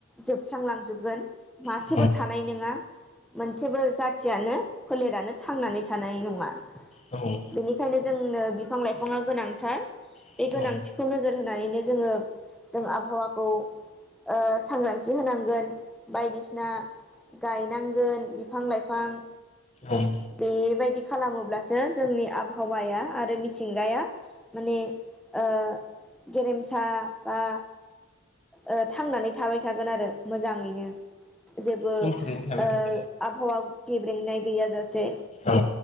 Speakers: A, in the centre; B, on the left.
A: जोबस्रांलांजोबगोन। मासेबो
B: औ
A: थानाय नोङा मोनसेबो जाथियानो फोलेरानो थांनानै थानाय नङा।
B: उम
A: बेनिखायनो जोंनो बिफां लाइफाङा गोनांथार
B: औ
A: बे गोनांथि होननानैनो जोङो जों आबहावाखौ ओ सांग्रांथि होनांगोन। बायदिसिना गायनांगोन बिफां लाइफां
B: ओम
A: बेबायदि खालामोब्लासो जोंनि आबहावाया आरो मिथिंगाया माने ओ गेरेमसा बा ओ थांनानै थाबाय थागोन आरो मोजाङैनो जेबो ओ
B: सोमखोरैनो थाबाय थागोन
A: आबहावा गेब्रेंनाय गैयाजासे।
B: औ